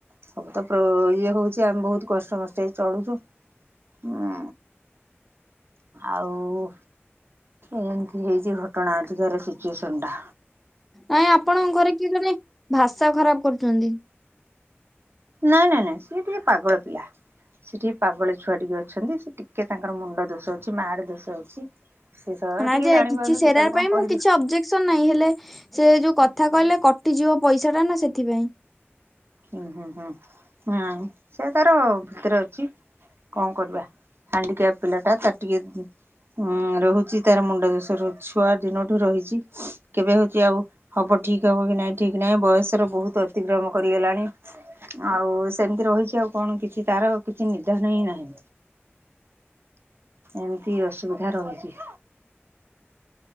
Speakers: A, on the right (about 60°); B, in the centre.
A: ସବୁ ତ ଇଏ ହଉଛି ଆମେ ବହୁତ କଷ୍ଟେମଷ୍ଟେ ଚଳୁଛୁ। ହୁଁ। ଆଉ ଏମିତି ହେଇଛି ଘଟଣା ଏଠିକାର ସିଚୁଏସନ ଟା।
B: ନାଇଁ ଆପଣଙ୍କ ଘରେ କିଏ ଜଣେ ଭାଷା ଖରାପ କରୁଛନ୍ତି।
A: ନାଇଁ ନାଇଁ ନାଇଁ ସିଏ ଟିକେ ପାଗଳ ପିଲା। ସେଟିକେ ପାଗଳୀ ଛୁଆ ଟିକେ ଅଛନ୍ତି ସେ ଟିକେ ତାଙ୍କର ମୁଣ୍ଡ ଦୋଷ ଅଛି ମାଡ ଦୋଷ ଅଛି। ସେ ସ
B: ନା
A: ଟିକେ
B: ଯେ
A: ଜାଣିପାରୁନି
B: କିଛି ସେରାର
A: କେତେବେଳେ କଣ
B: ପାଇଁ
A: କହିଦେ
B: ମୁଁ କିଛି ଅବଜେକ୍ଟ ଟେନ୍ସନ ନାଇଁ ହେଲେ ସେ ଯୋଉ କଥା କହିଲେ କଟିଯିବ ପଇସା ଟା ନା ସେଥିପାଇଁ।
A: ହୁଁ ହୁଁ ହୁଁ ହୁଁ ସେ ତାର ଭିତରେ ଅଛି କଣ କରିବା। ହାଣ୍ଡିକ୍ୟାପ୍ ପିଲଟା ତାର ଟିକେ ଉଁ ରହୁଛି ତାର ମୁଣ୍ଡ ଦୋଷ ରହୁଛି ଛୁଆ ଦିନଠୁ ରହିଛି କେବେ ହଉଛି ଆଉ ହବ ଠିକ୍ ହବ କି ନାଇଁ ଠିକ ନାଇଁ ବୟସର ବହୁତ ଅତିକ୍ରମ କର ଗଲାଣି ଆଉ ସେମିତି ରହିଛି ଆଉ କଣ କିଛି ତାର କିଛି ନିଧାନ ହିଁ ନାହିଁ। ଏମିତି ଅସୁବିଧା ରହିଛି।